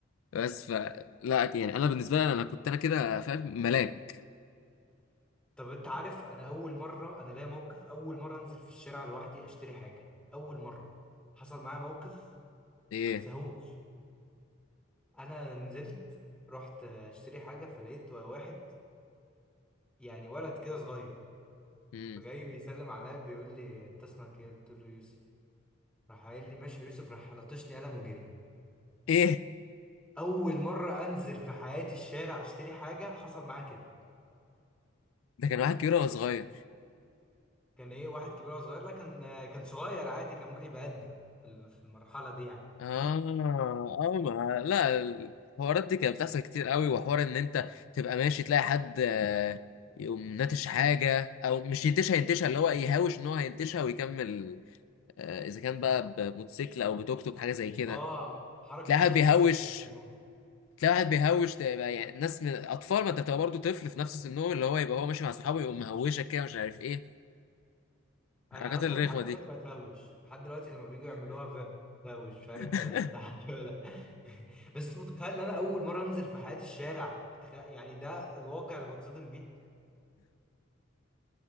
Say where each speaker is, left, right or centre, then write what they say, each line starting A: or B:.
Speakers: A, on the left (about 85°); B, in the centre.
A: بس ف لا يعني انا بالنسبه لي انا كنت انا كده فاهم ملاك
B: طب انت عارف انا اول مره انا ليا موقف اول مره انزل في الشارع لوحدي اشتري حاجه اول مره حصل معايا موقف
A: ايه
B: ما انساهوش انا نزلت رحت اشتري حاجه فلقيت واحد يعني ولد كده صغير
A: مم.
B: فجاي بيسلم عليا بيقول لي انت اسمك ايه قلت له يوسف راح قايل لي ماشي يا يوسف راح لطشني قلم وجري
A: ايه
B: اول مره انزل في حياتي الشارع اشتري حاجه حصل معايا كده
A: ده كان واحد كبير ولا صغير
B: كان ايه واحد كبير ولا صغير لا كان آه، كان صغير عادي كان ممكن يبقى قدي في ال- في المرحله دي يعني
A: اه اه ما لا الحوارات دي كانت بتحصل كتير قوي وحوار ان انت تبقى ماشي تلاقي حد آه، يقوم ناتش حاجه او مش ينتشها ينتشها اللي هو يهاوش ان هو هينتشها ويكمل آه، اذا كان بقى بموتوسيكل او بتوك توك حاجه زي كده
B: اه حركه
A: تلاقي
B: الموتوسيكلات
A: واحد بيهوش
B: دي كانت قوي.
A: تلاقي واحد بيهوش تبقى يعني ناس من اطفال ما انت بتبقى برضه طفل في نفس سنهم اللي هو يبقى هو ماشي مع صحابه يقوم مهوشك كده مش عارف ايه الحركات
B: انا اصلا
A: الرخمه
B: لحد دلوقتي
A: دي
B: بتهوش لحد دلوقتي لما بييجوا يعملوها في- بتهوش مش
A: <laughs>
B: عارف آه، ده عندي ولا لا <laughs> بس متخيل ان انا اول مره انزل في حياتي الشارع تخيل يعني ده الواقع اللي بتصدم بيه